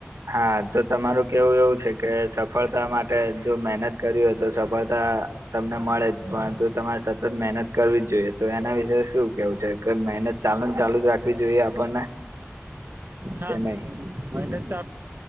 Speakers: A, on the right; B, on the right.
A: હા તો તમારું કેવું એવું છે કે સફળતા માટે જો મહેનત કરી હોય તો સફળતા તા તમને મળે જ પરંતુ તમારે સતત મહેનત કરવી જ જોઈએ તો એના વિશે શું કેવું છે <unintelligible> મહેનત ચાલુ ને ચાલુ જ રાખવી જોઈએ આપણને
B: હા
A: કે
B: મને
A: નહી
B: તો